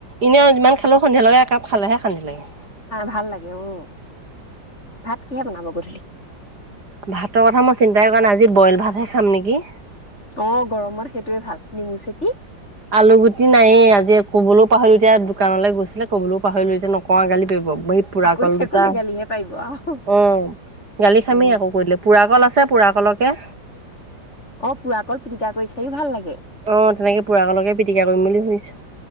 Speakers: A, on the right (about 55°); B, on the left (about 35°).
A: এনেই আৰু যিমান খালোঁ সন্ধিয়াল লগে একাপ খালেহে সান্ি লাগে
B: ভাল লাগে অ ভাত কিহে বনাব গধলি
A: ভাতৰ কথা মই চিন্তাই কৰা নাই আজি বইল ভাতহে খাম নেকি
B: অ গৰমত সেইটোয়ে ভাল নিমচিতি
A: আলুগুটি নায়েই আজি ক'বলৈও পাহৰিলো এতিয়া দোকানলৈ গৈছিলে ক'বলৈও পাহৰিলো এতিয়া নকওঁ আগালি পব বহিত পুৰা
B: আকৌ
A: কল
B: এতিয়া
A: দুটা
B: কলে গালিহে পাৰিব আৰু
A: অ গালি খামি
B: উম
A: আকৌ কৰিলে পুৰা কল আছে পোৰা কলকে
B: অ পুৰা কল পিটিকা কৰি খায়ো ভাল লাগে
A: আহ তেনেকে পুৰাগকে পিটিকা কৰিম বুলি ভুাবিছো